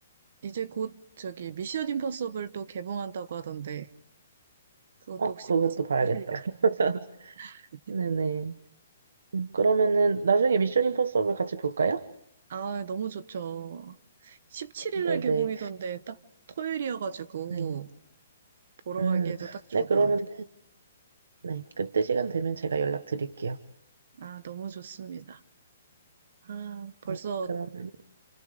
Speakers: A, on the right; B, on the right.
A: 이제 곧 저기 미션 임파서블 또 개봉한다고 하던데, 그것도
B: 어,
A: 혹시
B: 그것도
A: 가서
B: 봐야겠다.
A: 보실 일이
B: <laughs>
A: 있으세요? <laughs>
B: 네네. 음, 그러면은 나중에 미션 임파서블 같이 볼까요?
A: 아, 너무 좋죠. 17일
B: 네네.
A: 날 개봉이던데, 딱 토요일이어가지고,
B: 네.
A: 보러
B: 음,
A: 가기에도 딱 좋을
B: 네, 그러면은,
A: 것 같아요.
B: 네. 그때 시간 되면 제가 연락드릴게요.
A: 아, 너무 좋습니다. 아, 벌써,
B: 네. 그러면은,